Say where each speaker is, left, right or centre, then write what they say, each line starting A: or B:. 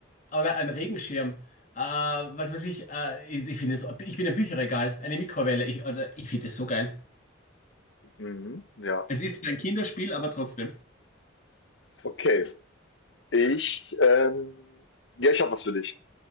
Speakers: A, on the left (about 40°); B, on the left (about 65°).
A: oder einen Regenschirm. Äh, was weiß ich, äh, ich, ich finde es, ich bin ein Bücherregal, eine Mikrowelle. Ich, oder, ich finde es so geil.
B: mhm, ja.
A: Es ist ein Kinderspiel, aber trotzdem.
B: Okay, ich, ähm, ja, ich habe was für dich.